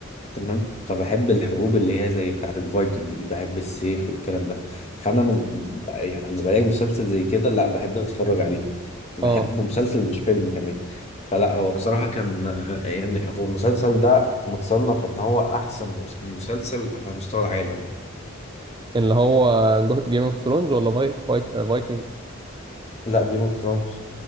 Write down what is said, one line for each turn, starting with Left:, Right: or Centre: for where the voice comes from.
Left: تمام فبحب الحروب اللي هي زي بتاعت الفايكنج دي بحب السيف والكلام ده فانا من يعني لما بلاقي مسلسل زي كده لا بحب اتفرج عليه بحبه
Right: اه
Left: مسلسل مش فيلم كمان فلا هو بصراحه كان يعني هو المسلسل ده متصنف ان هو احسن مس- مسلسل على مستوى العالم
Right: اللي هو جيم اوف ثرونز ولا فاي... فاي... فايكنج
Left: لا جيم اوف ثرونز